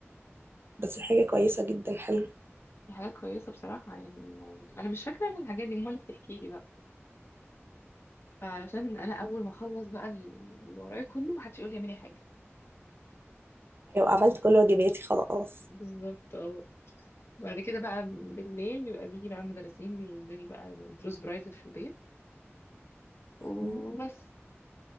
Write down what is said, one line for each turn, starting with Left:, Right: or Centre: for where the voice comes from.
Right: بس حاجة كويسة جدا حلو
Left: دي حاجه كويسه بصراحه يعني انا مش فاكره ان الحاجات دي امال اللي بتحكي لي بقى فعشان انا اول ما اخلص بقى اللي ورايا كله ما حدش يقول لي اعملي حاجه
Right: ايوه عملت كل واجباتي خلاص
Left: بالظبط اه بعد كده بقى بالليل بيبقى بيجي بقى مدرسين بيدوني بقى دروس برايفت في البيت وبس
Right: مم.